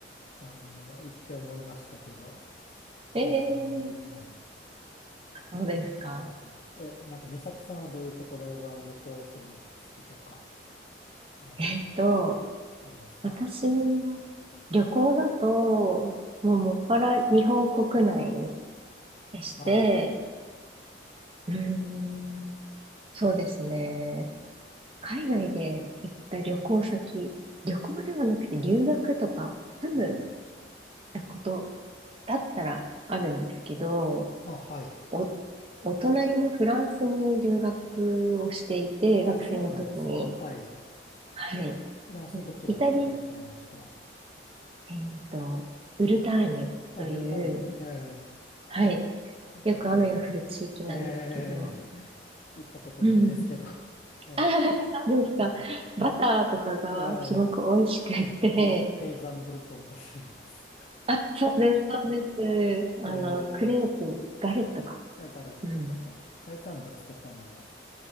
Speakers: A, on the left (about 45°); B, on the right (about 30°).
A: あの、言って思いましたけど。
B: えー、
A: えー、
B: そうですか。
A: なんか、え、なんか、美咲さんはどういうところが旅行するのが好きとか、
B: <laughs>
A: あのー
B: えっと、
A: ありますか
B: 私は、旅行だと、もうもっぱら日本国内して、
A: はい。
B: うーん、そうですね。海外で行った旅行先、旅行ではなくて留学とか住む
A: はい。
B: ことだったらあるんですけど、
A: あ、はい。
B: お、お隣のフランスに留学をしていて、
A: あ、
B: 学生の時に、
A: そうなんですね。はい。
B: はい。
A: フランスどちらにいらっしゃいました
B: イタリア、えっと、ブルターニュという、
A: あ、ブルターニュ、ええ
B: はい。よく雨が降る地域なんですけど、
A: 結構ええ <laughs> 行ったことないですけど。
B: うん。
A: <laughs> ええ
B: あそうですか。
A: はい。
B: バターとかがすごく美味しくって、
A: ええええペイ、ペイザンブルトンです。<laughs> そうか
B: あ、そうです、そうです。
A: え
B: あの、クレープ、ガレットか。
A: ええガレットとか、
B: うん。
A: 海産物とかも